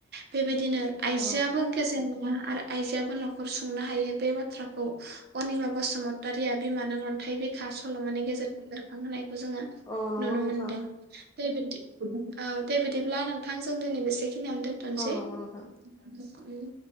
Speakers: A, on the right; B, on the left.
A: बेबायदि दिनो आइजोआबो
B: औ
A: गजेन नङा आरो आइजोआबो न'खर सुंनो हायो बे बाथ्राखौ अनिमा बसुमतारिया बिमा नों अन्थाइ बिखा सल'मानि गेजे जों बेखां होनाय खौ जोङो
B: औ नंगौ
A: नुनो
B: नोंथां
A: मोनदों। दे बिदि औ दे बिदिब्ला नोंथां जों दिनै बेसे खिनिआवनो दोनथ'नोसै
B: औ नंगौ
A: ।
B: नोंथां
A: उम।